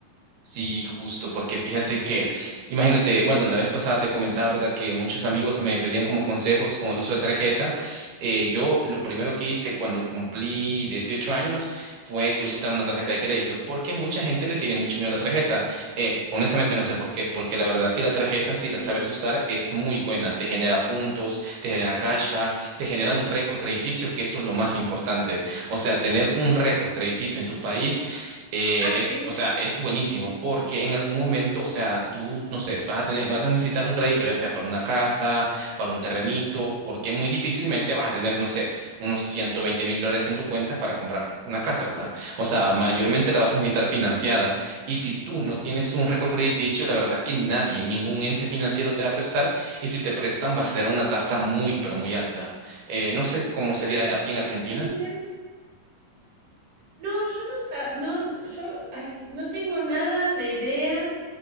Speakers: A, on the right; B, on the right.
A: Sí, justo, porque fíjate que, imagínate, bueno, la vez pasada te comentaba, ¿verdad? Que muchos amigos me pedían como consejos con el uso de tarjeta. Eh, yo lo primero que hice cuando cumplí 18 años fue solicitar una tarjeta de crédito, porque mucha gente le tiene mucho miedo a la tarjeta. Eh, honestamente no sé por qué, porque la verdad que la tarjeta, si
B: Sí.
A: la sabes usar, es muy buena. Te genera puntos, te genera cashback, te genera un récord crediticio, que eso es lo más importante. O sea, tener un récord crediticio en tu país eh,
B: Ah,
A: es,
B: sí.
A: o sea, es buenísimo porque en algún momento, o sea, tú, no sé, vas a tener, vas a necesitar un crédito, ya sea para una casa, para un terrenito, porque muy difícilmente vas a tener, no sé, unos ciento veinte mil dólares en tu cuenta para comprar una casa, ¿verdad? O sea, mayormente la vas a necesitar financiada.
B: <laughs>
A: Y si tú no tienes un récord crediticio, la verdad que nadie, ningún ente financiero te va a prestar. Y si te prestan, va a ser a una tasa muy, pero muy alta. Eh, no sé cómo sería así en Argentina.
B: Ah, mira. No, yo no, sa- no, yo, ay, no tengo nada de idea